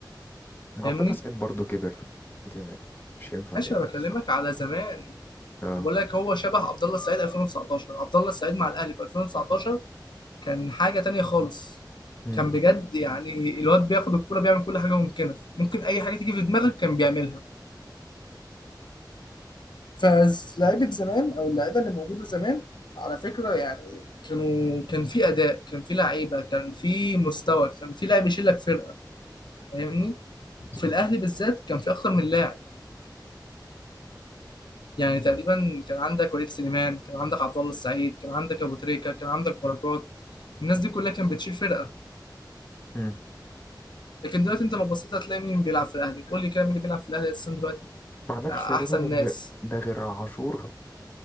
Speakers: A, on the left; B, on the left.
A: عبد
B: فاهمني
A: الله سعيد برضه كبر دي مش ينفع
B: ماشي
A: يلعب
B: انا بكلمك
A: الصراحه
B: على زمان
A: اه
B: بقول لك هو شبه عبد الله السعيد 2019 عبد الله السعيد مع الاهلي في 2019 كان حاجه تانية خالص
A: امم
B: كان بجد يعني الواد بياخد الكوره بيعمل كل حاجه ممكنه ممكن اي حاجه تيجي في دماغك كان بيعملها فلاعيبه زمان او اللعيبه اللي موجوده زمان على فكره يعني كانوا كان في اداء كان في لعيبه كان في مستوى كان في لاعب يشيل لك فرقه فاهمني
A: صح
B: وفي الاهلي بالذات كان في اكتر من لاعب يعني تقريبا كان عندك وليد سليمان كان عندك عبد الله السعيد كان عندك ابو تريكه كان عندك بركات الناس دي كلها كانت بتشيل فرقه
A: امم
B: لكن دلوقتي انت لو بصيت هتلاقي مين بيلعب في الاهلي قول لي كده مين اللي بيلعب في الاهلي اساسا دلوقتي
A: ما عندكش
B: احسن
A: تقريبا غير
B: ناس
A: ده غير عاشور